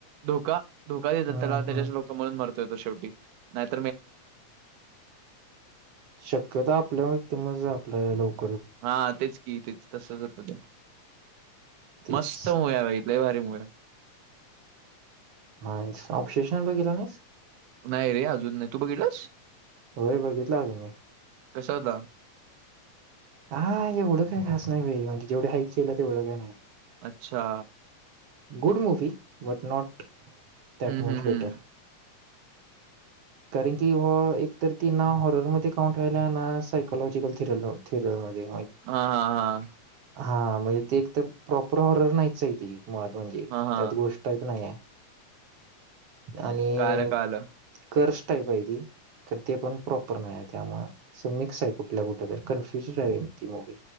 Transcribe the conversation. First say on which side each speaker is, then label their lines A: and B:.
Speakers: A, on the right (about 85°); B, on the right (about 70°).
A: धोका धोका देतात
B: हम्म
A: त्याला, त्याचेच
B: हम्म
A: लोक म्हणून मरतोय तो शेवटी नाही तर
B: शक्यता आपल्या व्यक्तीमध्ये आपल्या लोक
A: हा तेच की तेच तसच होत ते,
B: तेच
A: मस्त मुव्हि आहे लय भारी मुव्हि आहे. <unintelligible> <inaudible>
B: हा येस. ओपसेशन्सला गेला नाहीस?
A: नाही रे अजून नाही तू बघितलास
B: व्हय बघितला आज मी.
A: कसा होता?
B: हा एवढं काही खास नाही <unintelligible> म्हणजे जेवढे हाईड केलं तेवढं काही नाही.
A: अच्छा.
B: Good movie but not that
A: हं,
B: मच
A: हं,
B: बेटर.
A: हं.
B: कारण की व, एकतर ती ना हॉररमध्ये काउंट व्हायल्या, ना सायकोलॉजिकल थिरल थिरल मध्ये
A: हा. हा. हा
B: हा म्हणजे ते एक तर प्रॉपर हॉरर नाहीच आहे ती, मुळात म्हणजे
A: हां, हां.
B: त्यात घोस्ट टाईप नाही आहे. आणि
A: कळालं, कळालं.
B: कर्स टाईप आहे ती. कारण ते पण प्रॉपर नाही, त्यामुळे अस मिक्स आहे कुठल्या कुठे तर कन्फ्युजड आहे, बघ ती मुव्ही